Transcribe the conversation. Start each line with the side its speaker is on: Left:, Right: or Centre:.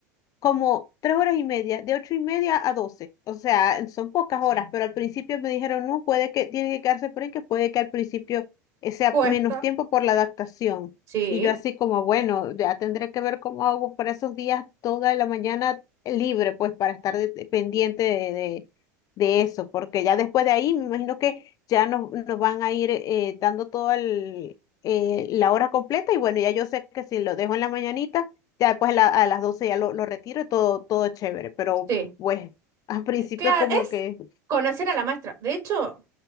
Left: como tres horas y media, de ocho y media a doce. O sea, son pocas
Right: Sí.
Left: horas, pero al principio me dijeron, no, puede que tiene que quedarse por ahí, que puede que al principio eh, sea
Right: Cuesta.
Left: menos tiempo por la adaptación.
Right: Sí,
Left: Y yo así como, bueno, ya tendré que ver cómo hago para esos días toda la mañana libre, pues para estar de- de- pendiente de, de, de eso, porque ya después de ahí me imagino que ya nos, nos van a ir eh, dando toda el, eh, la hora completa y bueno, ya yo sé que si lo dejo en la mañanita ya pues la- a las 12 ya lo, lo retiro y todo, todo chévere, pero
Right: sí.
Left: pues <laughs> al principio
Right: Claro,
Left: como
Right: es
Left: que...
Right: conocer a la maestra. De hecho,